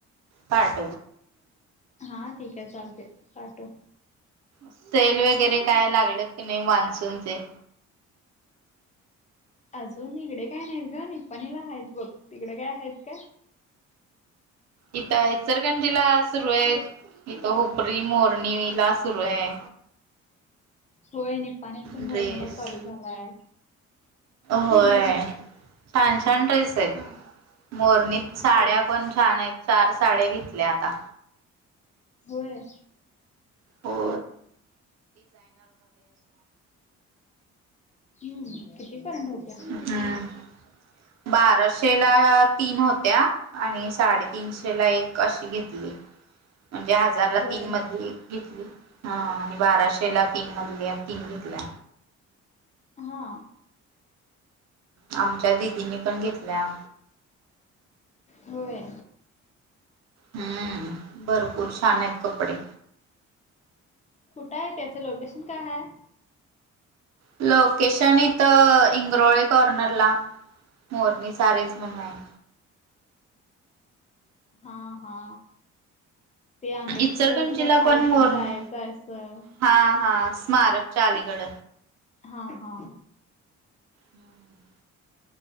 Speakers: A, on the right (about 60°); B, on the left (about 25°).
A: पाठ
B: हा ठीक आहे चालते पाठव
A: सेल वगैरे काय लागलत की नाही मान्सूनचे
B: अजून तिकडे काय नाहीत ग नि पाणीला आहेत बघ तिकडे काय आहेत का
A: इथ इचलकरंजीला सुरू आहे इथ हपरी मोरणी ला सुरू आहे
B: होय निपाणीला पण मोरणीला
A: ड्रेस
B: चालू झालाय
A: होय छान छान ड्रेस आहेत मोरनीत साड्या
B: हो
A: पण छान आहेत चार साड घेतल्या आता
B: होय
A: हो
B: हम्म किती पर्यंत होत्या
A: हम्म बाराशेला तीन होत्या आणि साडेतीीनशे ला एक अशी घेतली म्हणजे हजार ला
B: होय
A: तीन मधली एक घेतली आणि बाराशे ला तीन मधले तीन घेतल्या
B: हा
A: आमच्या दिदींनी पण घेतल्या
B: होय
A: हम्म भरपूर छान आहेत कपडे
B: कुठं आहे त्याचं लोकेशन काय आहेय
A: लोकेशन इथं इंग्रोळे कॉर्नरला मोरनी सारीज म्हण आहे
B: हा हा ते आंबेडकरच्या
A: इचलकरंजीला
B: खाली
A: पण मोरणी
B: जाय जायचं
A: हा हा स्मारकच्या अलीकड
B: हा हा
A: हम्म